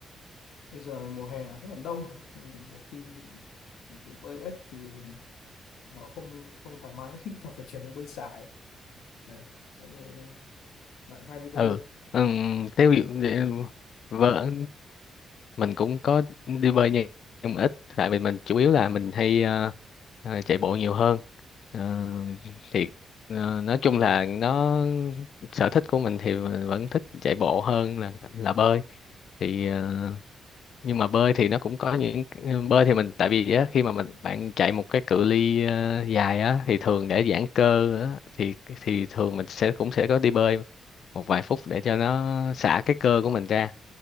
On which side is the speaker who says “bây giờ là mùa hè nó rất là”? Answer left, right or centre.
Left